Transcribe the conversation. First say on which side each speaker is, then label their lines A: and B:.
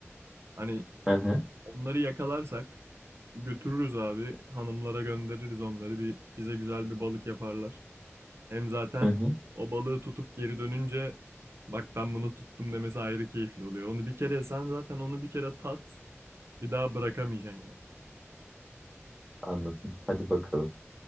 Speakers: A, on the right; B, on the right.
A: Hani
B: Hı hı.
A: onları yakalarsak götürürüz abi. Hanımlara göndeririz onları. Bir, bize güzel bir balık yaparlar. Hem zaten
B: Hı hı.
A: o balığı tutup geri dönünce bak ben bunu tuttum demesi ayrı keyifli oluyor. Onu bir kere sen zaten onu bir kere tat bir daha bırakamayacaksın ya.
B: Anladım. Hadi bakalım.